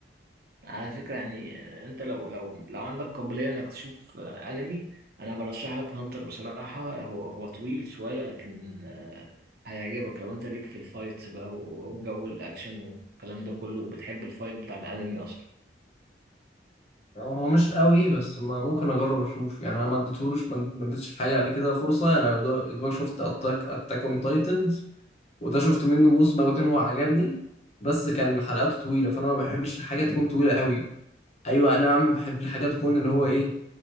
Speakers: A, on the right; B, on the left.
A: على فكره يعني آه، انت لو لو لو عندك قابليه انك تشوف آه، انمي انا برشح لك هانتر بصراحه هو هو طويل شويه لكن آه، هيعجبك لو انت ليك في الفايتس بقى و- والجو الاكشن والكلام ده كله وبتحب الفايت بتاع الانمي اصلا
B: هو مش قوي بس ما ممكن أجرب أشوف يعني أنا ما اديتهولوش ما ما اديتش حاجة قبل كده فرصة أنا يا دوبك شفت أتاك أتاك أون تايتن وده شفت منه موسم او اتنين هو عجبني بس كان حلقاته طويله فانا ما بحبش الحاجه تكون طويله قوي ايوه انا عم بحب الحاجه تكون اللي هو ايه